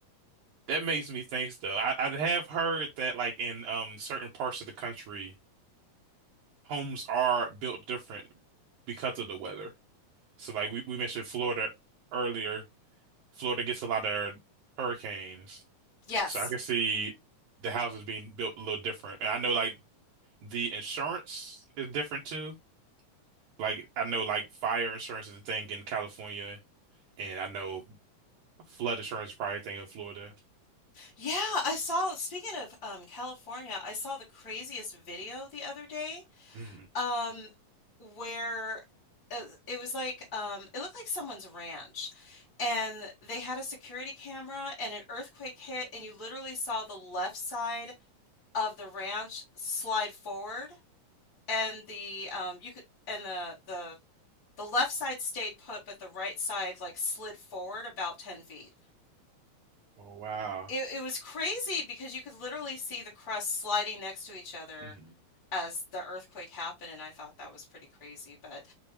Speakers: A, on the right (about 70°); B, on the left (about 40°).
A: That makes me think though. I, I have heard that like in um certain parts of the country, homes are built different because of the weather. So like we, we mentioned Florida earlier. Florida gets a lot of hurricanes.
B: yes.
A: So I can see the houses being built a little different. And I know like the insurance is different too. Like I know like fire insurance is a thing in California, and I know flood insurance is probably a thing in Florida.
B: Yeah, I saw, speaking of um, California, I saw the craziest video the other day
A: Mhm.
B: um, where uh, it was like, um, it looked like someone's ranch. And they had a security camera and an earthquake hit, and you literally saw the left side of the ranch slide forward, and the um, you could and the the the left side stayed put, but the right side like slid forward about 10 feet.
A: Oh wow.
B: It it was crazy because you could literally see the crust sliding next to each other
A: Mhm.
B: as the earthquake happened, and I thought that was pretty crazy. But